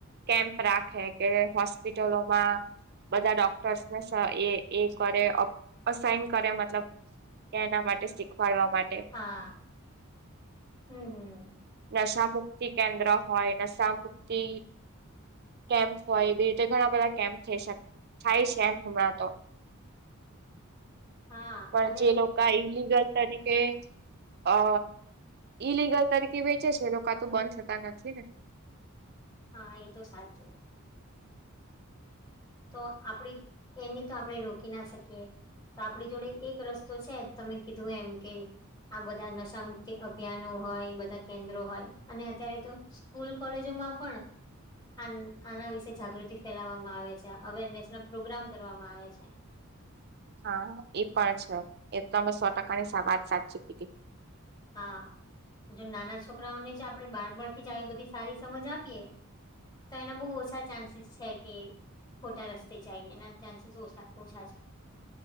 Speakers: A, on the right; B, on the left.
A: કેમ્પ રાખે કે હોસ્પિટલોમાં. બધા ડોક્ટર્સને એ એ કરે અસાઈન કરે મતલબ કેના માટે શીખવાડવા માટે.
B: હા, હમ હમ.
A: નશા મુક્તિ કેન્દ્ર હોય નશા મુક્તિ કેમ્પ હોય એ રીતે ઘણા બધા કેમ્પ થઈ થાય છે એમ હમણાં તો.
B: હા
A: પણ
B: અને
A: જે લોકો ઇલીગલ તરીકે અ ઈલિગલ તરીકે વેચે છે એ લોકો આ તો બંધ થતા નથી ને.
B: હા એ તો સાચું. તો આપડી એની તો આપણે રોકી ના શકીએ. તો આપણી જોડે એક રસ્તો છે તમે કીધું એમ કે આ બધા નશા મુક્તિ અભ્યાનો હોય બધા કેન્દ્રો હોય અને અત્યારે તો સ્કૂલ, કોલેજોમાં પણ આના વિશે જાગૃતિ ફેલાવવામાં આવે છે અવેરનેસ ન પ્રોગ્રામ કરવામાં આવે છે.
A: હા એ પણ છે એ તો અમે સો ટકાની વાત સાચી કીધી.
B: હા. જો નાના છોકરાઓને જ આપણે બાળબણ થી જ આવી બધી સારી સમજ આપીએ તો એના બહુ ઓછા ચાન્સીસ છે, કે ખોટા રસ્તે જાય એના ચાન્સીસ ઓછા ઓછા છે.